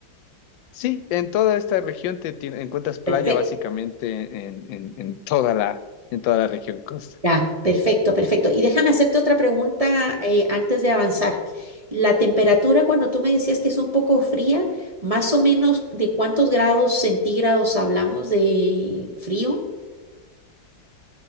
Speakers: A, on the left; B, on the right.
A: Sí, en toda esta región te, tien- encuentras playa
B: Perfecto,
A: básicamente en, en- en toda la, en toda la región costa.
B: ya, perfecto, perfecto. Y déjame hacerte otra pregunta eh, antes de avanzar. La temperatura, cuando tú me decías que es un poco fría, más o menos de cuántos grados centígrados hablamos de frío?